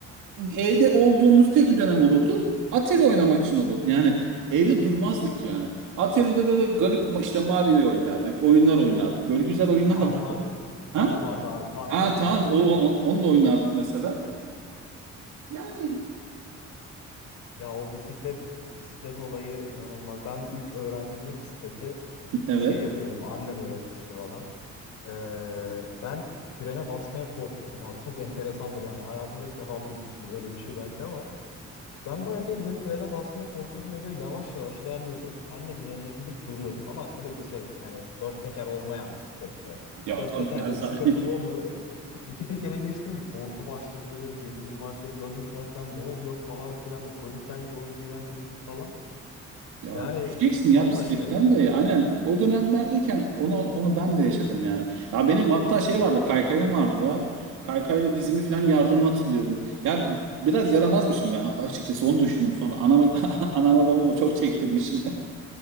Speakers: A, on the right; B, on the left.
A: evde olduğumuz tek bir dönem olurdu. Atari oynamak için olurdu. Yani evde durmazdık yani. Atari'de de, de garip ma- işte Mario'yu oynardık. Oyunlar oynardık. Böyle güzel oyunlar
B: Tank
A: vardı.
B: tank.
A: Ha?
B: Tank vardı abi tank
A: Ha
B: çok
A: tamam
B: güzeldi.
A: o, o- onu da oynardık mesela. Yani
B: Ya o bisiklet bisiklet olayı inanılmaz. Ben ilk öğrendiğimde bisikleti
A: evet.
B: şey yapıyordum annem öğretmişti bana. Ee, ben frene basmaya korkuyordum abi. Çok enteresandır yani. Hayatımda ilk defa duymuşsundur böyle bir şey belki ama. Ben bayağı bildim frene basmaya korkuyordum ve böyle yavaş yavaş ilerliyordum. Annemin yanına gidip duruyordum. Ama tabii bu şey hani dört teker olmayan bisiklette.
A: Ya
B: Dört
A: tabii
B: tekerde
A: ya, za-
B: bir sıkıntım
A: <laughs>
B: olmuyordu. İki tekere geçtim bir korku başladı böyle bir gerilim başladı. Ya düşersem ne olacak falan filan o çocukkenki o özgüvensizlik falan.
A: Ya
B: Yani
A: düşeceksin ya
B: bambaşkaydı.
A: bisikletten de aynen o dönemlerdeyken onu onu ben de yaşadım yani. Ya benim hatta şey vardı kaykayım vardı ya. Kaykayla dizimi falan yardımı hatırlıyorum. Ya biraz yaramazmışım ben açıkçası onu düşündüm sonra. Anama, <laughs> anama babama çok çektirmişim.